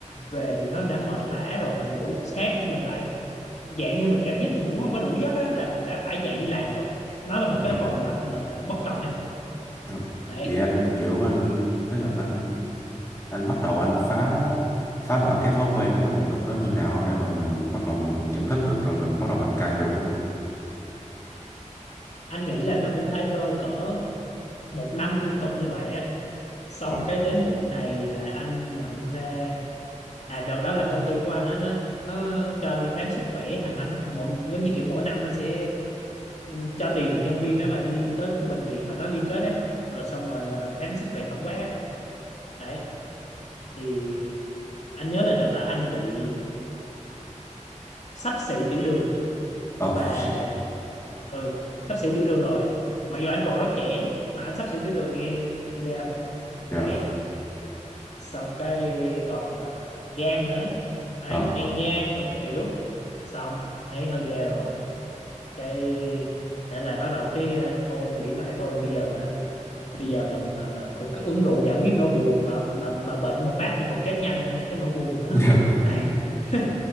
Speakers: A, on the left; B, on the left.
A: về thì nó đã mệt lả rồi mình ngủ sáng thì mình lại dạng như mình cảm giác mình ngủ không có đủ giấc á, là mình đã phải dậy đi làm rồi nó là một
B: dạ
A: cái vòng lặp mà bất tận ấy
B: dạ.
A: đấy
B: vậy anh kiểu anh tức là anh anh bắt đầu anh phá phá vỡ cái thói quen cái vòng lặp đó như nào để mà mình bắt đầu mình nhận thức được rồi mình bắt đầu mình cai rượu á
A: anh nghĩ là nó cũng phải rơi cỡ một năm liên tục như vậy á xong
B: ồ
A: cái đến một ngày là anh nhận ra à đợt đó là công ty của anh á nó nó cho đi khám sức khỏe hàng năm á mỗi giống như kiểu mỗi năm nó sẽ cho tiền nhân viên đó mà đi tới cái bệnh viện mà nó liên kết đấy rồi xong rồi ờ, khám sức khỏe tổng quát ấy. đấy thì anh nhớ là đợt đó anh bị xấp xỉ tiểu đường và
B: oh, shit
A: ừ xấp xỉ tiểu đường rồi mặc dù anh còn rất trẻ mà anh xấp xỉ tiểu đường nghe ghê không?
B: dạ
A: đấy xong cái còn ờ, gan nữa đấy
B: ờ
A: men gan rồi các kiểu xong thấy hơi ghê rồi cái để là bắt đầu cái ờ, thôi nghĩ lại thôi bây giờ mà bây giờ mà mà, mà cứ, cứ uống rượu giải quyết nỗi buồn mà mà mà bệnh một phát thì còn chết nhanh hơn cả cái nỗi buồn
B: <laughs>
A: nữa
B: dạ
A: đấy <laughs>